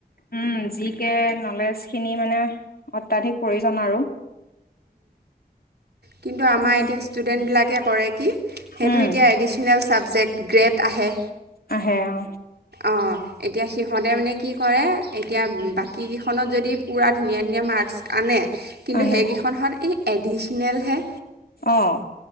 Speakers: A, on the left; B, on the right.
A: উম জি কে নলেজখিনি মানে অত্যাধিক প্ৰয়োজন আৰু।
B: কিন্তু আমাৰ
A: এ
B: এতিয়া ষ্টুডেন্টবিলাকে কৰে কি সেইটো
A: উম
B: এতিয়া ট্ৰেডিচনেল ছাবজেক্ট গ্ৰেট আহে।
A: আহে অ
B: অ', এতিয়া সিহঁতে মানে কি কৰে এতিয়া বাকী কেইখনত যদি পুৰা ধুনীয়া ধুনীয়া মাৰ্ক্স আনে কিন্তু
A: আনে
B: সেইকেইখনহঁত এই এডিচনেলহে।
A: অ',